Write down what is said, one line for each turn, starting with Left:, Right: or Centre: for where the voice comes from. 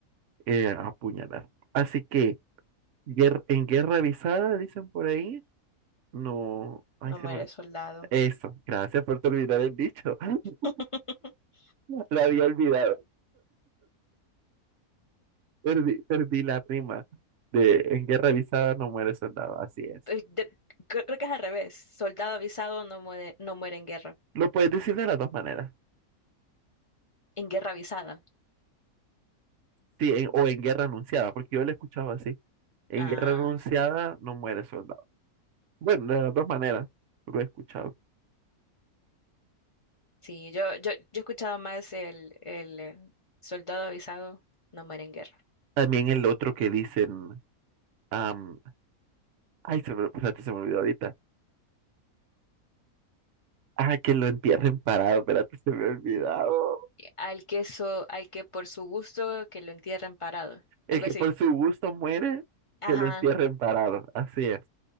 Right: eh, apuñalar. Así que... Guer- en guerra avisada, dicen por ahí. No, ay,
Left: No
Right: se
Left: muere
Right: me...
Left: soldado.
Right: Eso, gracias por terminar el dicho. <laughs>
Left: <laughs>
Right: La había olvidado. Perdí, perdí la rima de en guerra avisada no muere soldado, así es.
Left: Eh, de- creo, creo que es al revés. Soldado avisado no muere, no muere en guerra.
Right: Lo puedes decir de las dos maneras.
Left: En guerra avisada.
Right: Sí, en- o en guerra anunciada, porque yo lo escuchaba así. En
Left: Ah,
Right: guerra anunciada no muere soldado. Bueno, de las dos maneras lo he escuchado.
Left: sí, yo, yo, yo he escuchado más el, el eh, soldado avisado no muere en guerra.
Right: También el otro que dicen, am, ay, se me, espérate, se me olvidó ahorita. Ah, que lo entierren parado, espérate, se me ha olvidado.
Left: Al que, so- al que por su gusto que lo entierren parado.
Right: El
Left: Algo
Right: que
Left: así.
Right: por su gusto muere,
Left: Ajá.
Right: que lo entierren parado. Así es.